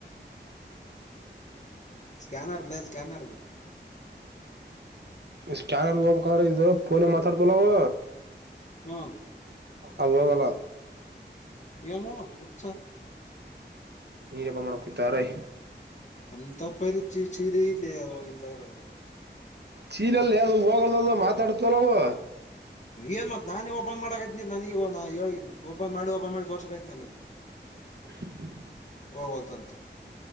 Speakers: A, on the left (about 40°); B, on the right (about 65°).
A: ಸ್ಕ್ಯಾನ್ನೆರ್ದ್ ಲೇ ಸ್ಕ್ಯಾನ್ನ್ರರ್ದು
B: ಸ್ಕ್ಯಾನರ್ಗೊಗ್ಬೇಕು ಅಂದ್ರೆ ಇದು ಫೋನ್ ಅಲ್ಲಿ ಮಾತಾಡ್ತಿವಲ ನಾವು
A: ಹ್ಮ್
B: ಅದೋಗಲ್ಲ
A: ಯನು ಉಸ <unintelligible>
B: ನೀನಪ್ಪಾ ಮಾಡ ಕತಾರೆ <unintelligible>
A: ಅಂತ ಪರಿಚಯ ಚೀದ ಇಲಿ ಅ ನಾವ ಇಂತವರಾಗ.
B: ಚೀರೆಲ್ಲಿ ಅದ್ ಯಾವ್ದ ಹೋಗಲ್ದು ಮಾತಾಡ್ತಲವು
A: ಏನ್ ಮತ್ ನಾನೇ ಓಪನ್ ಮಾಡಕತೀನಿ ನನಗ ಹೇಳಿ ಓಪನ್ ಮಾಡಿ ಓಪನ್ ಮಾಡಿ ತೋರ್ಸಕೈತಿ ನನಗೆ. <inaudible>
B: <inaudible>
A: ಹೋ ಹೂಲ್ತಂತ